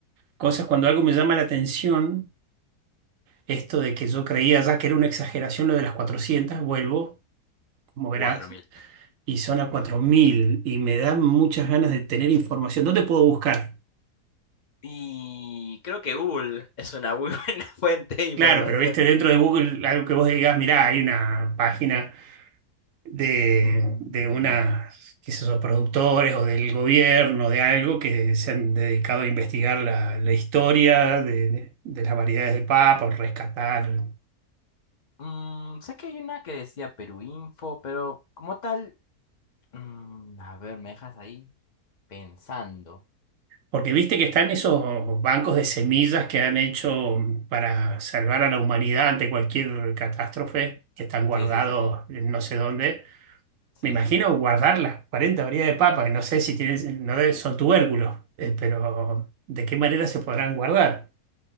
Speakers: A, on the right (about 65°); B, on the left (about 40°).
A: cosas. Cuando algo me llama la atención, esto de que yo creía ya que era una exageración lo de las 400 vuelvo, como
B: Cuatro
A: verás,
B: mil.
A: y son a 4000 y me dan muchas ganas de tener información. ¿Dónde puedo buscar?
B: Y creo que Google es una muy <laughs> buena fuente de información.
A: Claro, pero viste, dentro de Google, algo que vos digas, mirá, hay una página. de,
B: Mm,
A: de unas, qué sé yo, productores o del gobierno, de algo que se han dedicado a investigar la, la historia de, de- de las variedades de papa, o rescatar.
B: mm, sé que hay una que decía Perú Info, pero como tal. Mm, a ver, me dejas ahí pensando.
A: Porque viste que están esos bancos de semillas que han hecho para salvar a la humanidad ante cualquier catástrofe, que están guardados
B: Sí, sí, sí, sí.
A: en no sé dónde.
B: Sí,
A: Me imagino
B: sí, sí.
A: guardar las 40 variedades de papa, que no sé si tienen, no debe- son tubérculos, eh, pero ¿de qué manera se podrán guardar